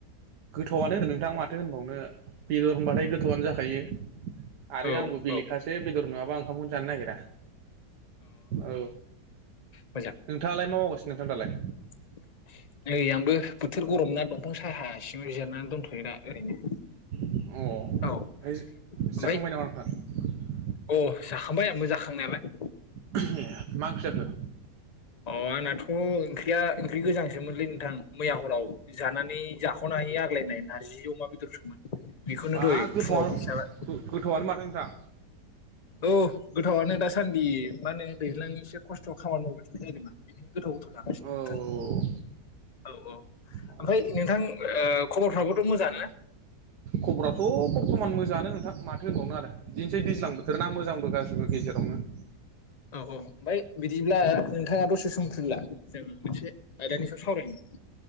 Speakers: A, on the right; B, on the left.
A: गोथावआनो नोंथां माथो होनबावनो बेदर होनबाथाय गोथावनो जाखायो आरो
B: औ
A: आंबो बेलेग
B: औ
A: खासे बेदर नङाबा ओंखामखौ जानो नागिरा। औ
B: मोजां
A: नोंथाङालाय मा मावगासिनो नोंथां दालाय?
B: <inaudible> नै आंबो बोथोर गरम ना दंफां साहा सिंआव जिरनानै दोनथ'यो दा ओरैनो।
A: अ ओमफ्राय
B: औ
A: जाखांबाय
B: ओमफ्राय
A: नामा नोंथां?
B: अ जाखांबाय आंबो जाखांनायालाय।
A: ए मा ओंख्रि जाखो?
B: अ आंनाथ' ओंख्रिया ओंख्रि गोजांसोमोनलै नोंथां मैया हराव जानानै जाख'नो हायै आग्लायनाय नारजि अमा बेदर सोमोन। बेखौनो
A: बा
B: दहाइ
A: गोथावआनो
B: फुङावबो एसे जाबाय।
A: गोथावआनो माथो नोंथां
B: औ गोथावआनो दासान्दि मा होनो दैज्लांनि एसे खस्थ' खामानि मावदों <inaudible> बिदिनो गोथाव गोथाव
A: औ औ
B: जानांसिगौ औ औ। ओमफ्राय नोंथां
A: औ औ
B: ओ खबरफ्राबोथ' मोजांआनो ना?
A: खबराथ' बर्थ'मान मोजाङानो नोंथां माथो होनबावनो आरो। बिदिनोसै दैज्लां बोथोर ना मोजांबो गाज्रिबो गेजेरावनो।
B: औ औ ओमफ्राय बिदिब्ला नोंथाङा दसे सम फ्रिला जों मोनसे आयदानि सायाव सावरायनि।